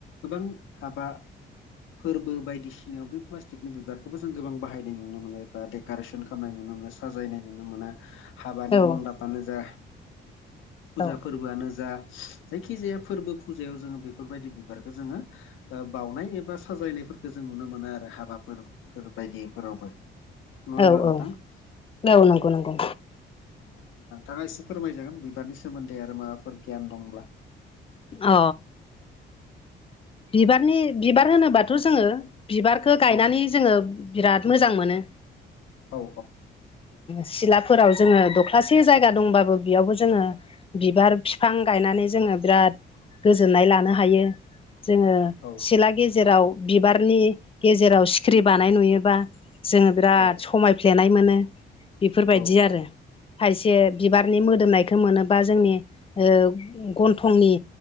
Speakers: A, on the left (about 80°); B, on the left (about 30°).
A: गोबां हाबा फोरबो बायदिसिनायाव बे प्लास्टिकनि बिबारखौबो जों गोबां बाहाय नुनो मोनो बा देकारेसन खालामनाय नुनो मोनो साजायनाय नुनो मोनो हाबानि
B: औ
A: मनदाब मानो जा फुजा
B: औ
A: फोरबो फोरआनो जा जायखिजाया फोरबो फुजायाव जोङो बेफोरबायदि बिबारखौ जोङो बाउनाय एबा साजायनायफोरखौ जों नुनो मोनो आरो हाबाफोरफोर बायदिफोरावबो। नङा होमब्ला
B: औ
A: नोंथां
B: औ
A: औ।
B: नंगौ नंगौ
A: औ नोंथाङा एसे फोरमायजागोन बिबारनि सोमोन्दै आरो माबाफोर गियान दंब्ला।
B: अ।
A: औ
B: बिबारनि बिबार होनोबाथ' जोङो बिबारखौ गायनानै
A: औ
B: जोङो बिराद मोजां मोनो।
A: औ
B: सिलाफोराव जोङो दख्लासे जायगा दंबाबो बेयावबो जोङो बिबार बिफां गायनानै जोङो बिराद गोजोननाय लानो हायो। जोङो
A: औ
B: सिला गेजेराव बिबारनि गेजेराव सिखिरि बानाय नुयोबा जोङो बिराद
A: औ
B: समाय फ्लेनाय मोनो बेफोरबायदि
A: औ
B: आरो।
A: औ
B: खायसे
A: औ
B: बिबारनि मोदोमनायखौ मोनोबा जोंनि ओ गन्थंनि